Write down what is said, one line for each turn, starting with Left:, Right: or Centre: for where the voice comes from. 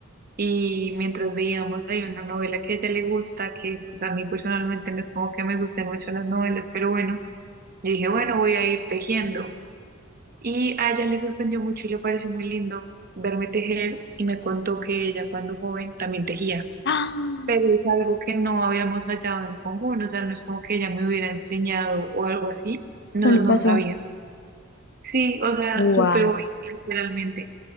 Right: y mientras veíamos ahí una novela que a ella le gusta, que pues a mí personalmente no es como que me gusten mucho las novelas, pero bueno, yo dije, bueno, voy a ir tejiendo. Y a ella le sorprendió mucho y le pareció muy lindo verme tejer y me contó que ella cuando joven también tejía
Left: ¡Ah!
Right: pero es algo que no habíamos hallado en común, o sea, no es como que ella me hubiera enseñado o algo así, no,
Left: Solo
Right: no
Left: pasó.
Right: sabía. Sí, o sea,
Left: Wow.
Right: supe hoy, literalmente.